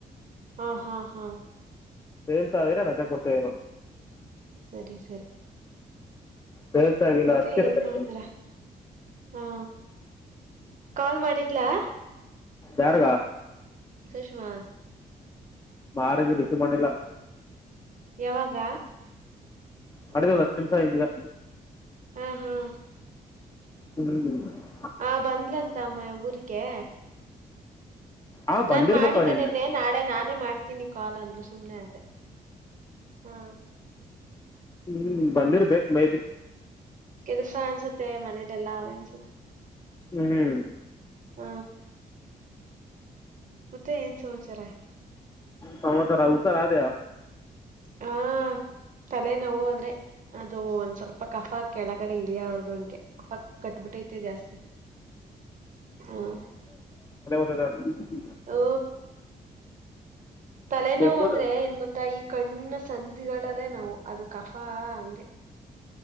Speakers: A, on the right (about 50°); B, on the left (about 20°).
A: ಹಾ ಹಾ ಹಾ
B: ಸೇಲ್ಸ್ ಆಗಿರೇ ರಜೆ ಕೊಡ್ತಿದ್ರು
A: ಸರಿ ಸರಿ
B: ಸೇಲ್ಸ್ ಆಗಿಲ್ಲ
A: ಮತ್ತೆ
B: ಅದಕ್ಕೆ
A: ಏನ್
B: ರಜೆ
A: ತೊಂತೀರ
B: ಕೊಟ್ಟಿಲ್ಲ
A: ಹಾ ಕಾಲ್ ಮಾಡಿದ್ಲಾ
B: ಯಾರಗ
A: ಸುಷ್ಮಾ
B: ಮಾಡಿದ್ರ್ ರಿಸೀವ್ ಮಾಡಿಲ್ಲ
A: ಯಾವಾಗ
B: ಮಾಡಿದ್ಲು ಒಂದ್ ಹತ್ತು ನಿಮಿಷ ಹಿಂದೆ
A: ಹ್ಮ್ ಹ್ಮ್
B: ಹ್ಮ್
A: ಆ ಬಂದ್ಲಂತಮ್ಮ ಊರಿಗೆ
B: ಆ
A: ನಾನ್
B: ಬಂದಿರ್ಬೇಕು
A: ಮಾಡಿದ್ದೆ
B: ಅವ್ರು ಇನ್ನು
A: ನೆನ್ನೆ ನಾಳೆ ನಾನೇ ಮಾಡ್ತೀನಿ ಕಾಲ್ ಅಂದ್ಲು ಸುಮ್ ಸುಮ್ನೆ ಆದೆ ಹಾ
B: ಹ್ಮ್ ಬಂದಿರ್ಬೇಕ್ ಮೇ ಬಿ
A: ಕೆಲ್ಸ ಅನ್ಸುತ್ತೆ ಮನೇದೆಲ್ಲಾ ಅವ್ರೆ ಅನ್ಸುತ್ತೆ
B: ಹ್ಮ್
A: ಹ ಮತ್ತೆ ಏನ್ ಸಮಚಾರ
B: ಸಮದರ ಹುಷಾರಾಧ್ಯ
A: ಹಾ ತಲೆನೋವು ಆದ್ರೆ ಅದು ಒಂದ್ ಸ್ವಲ್ಪ ಕಫ ಕೆಳಗಡೆ ಇಳಿಯವರೆಗೂ ಹಂಗೆ ಅಪ್ಪ ಕಟಬಟಐತೆ ಜಾಸ್ತಿ ಹ್ಮ
B: ದ <unintelligible>
A: ಓ ತಲೆನೋವು
B: ಕೆಮ್ಮುದ್ರ
A: ಅಂದ್ರೆ ಏನ್ ಗೊತ್ತಾ ಈ ಕಣ್ಣ ಸಂಧಿಗಳಲ್ಲೇ ನಾವು ಅದು ಕಫಾ ಹಂಗೆ